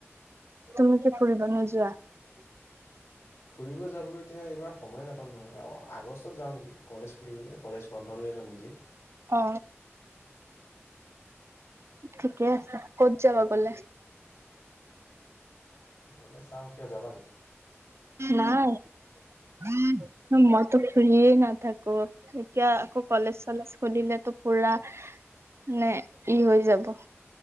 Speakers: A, on the right; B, on the left.
A: তুমি কি ফুৰিব নোযোৱা? <inaudible>
B: ফুৰিব যাবলৈ এতিয়া এইবাৰ সময়ে নাপাম নহয় আগষ্টত যাওঁ নেকি কলেজ খুলিব যে কলেজ বন্ধ লৈল নিজে
A: অ ঠিকে আছে ক'ত যাবা
B: উম,
A: গ'লে?
B: গলে চাও কিয় যাবা নেকি?
A: নাই মই টো ফ্ৰী নাথাকো এতিয়া আকৌ কলেজ চলেজ সুধিলেতো পুৰা মানে ই হৈ যাব।